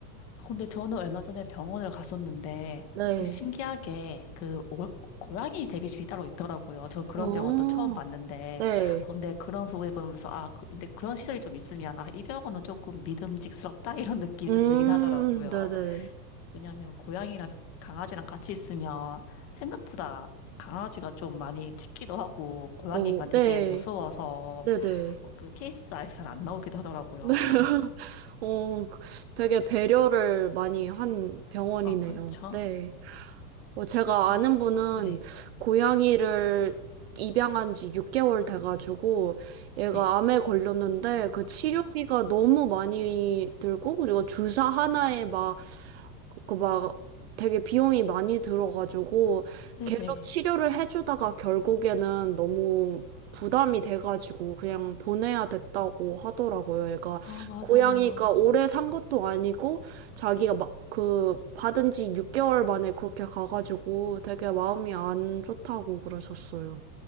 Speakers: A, on the left (about 30°); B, on the right (about 40°).
A: 아, 근데 저는 얼마 전에 병원을 갔었는데,
B: 네.
A: 그 신기하게, 그, 오- 고양이 대기실이 따로 있더라고요. 전 그런
B: 어.
A: 병원 또 처음 봤는데,
B: 네.
A: 아, 근데 그런 부분에 보면서, 아, 그- 근데 그런 시설이 좀 있으면, 아, 이 병원은 조금 믿음직스럽다? <laughs> 이런 느낌이
B: 음,
A: 좀 들긴 하더라고요.
B: 네네네.
A: 왜냐하면 고양이랑 강아지랑 같이 있으면 생각보다 강아지가 좀 많이 짖기도 하고, 고양이가
B: 어,
A: 되게
B: 네.
A: 무서워서,
B: 네네.
A: 어, 그 케이스 아예 잘 안 나오기도 하더라고요.
B: <laughs> 어, 그 되게 배려를 많이 한 병원이네요.
A: 아, 그렇죠.
B: 네. 어, 제가
A: 그-
B: 아는 분은
A: 네,
B: 고양이를 입양한 지 6개월 돼가지고 얘가
A: 네,
B: 암에 걸렸는데 그 치료비가 너무 많이 들고 그리고 주사 하나에 막 그 막 되게 비용이 많이 들어가지고
A: 네네.
B: 계속 치료를 해주다가 결국에는 너무 부담이 돼가지고 그냥 보내야 됐다고 하더라고요. 얘가
A: 아, 맞아요.
B: 고양이가 오래 산 것도 아니고 자기가 막 그 받은 지 6개월 만에 그렇게 가가지고 되게 마음이 안 좋다고 그러셨어요.